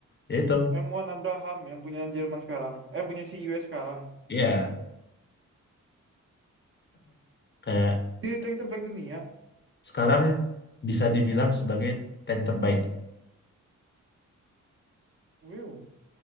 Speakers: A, on the left; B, on the right.
A: ya itu
B: M1 Abraham yang punya Jerman sekarang. Eh, punya si US sekarang.
A: iya kayak
B: Emang dia tank terbaik dunia?
A: sekarang bisa dibilang sebagai tank terbaik
B: Wow.